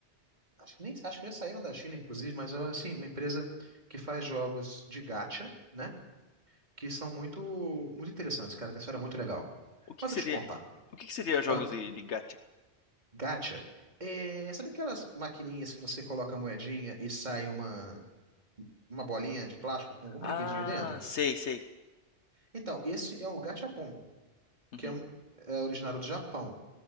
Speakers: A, on the right (about 40°); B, on the left (about 75°).
A: acho que nem acho que já saíram da China, inclusive, mas é assim, uma empresa que faz jogos de gacha, né? Que são muito muito interessantes, cara, tem história muito legal.
B: O que
A: Mas
B: que
A: eu
B: seria,
A: te contar.
B: o que que seria
A: Ah,
B: jogos de, de gacha?
A: gacha é, sabe aquelas maquininhas que você coloca a moedinha e sai uma uma bolinha de plástico com algum
B: Ah,
A: brinquedinho dentro?
B: sei, sei.
A: Então, esse é o Gachapon,
B: Uhum.
A: que é, é originário do Japão.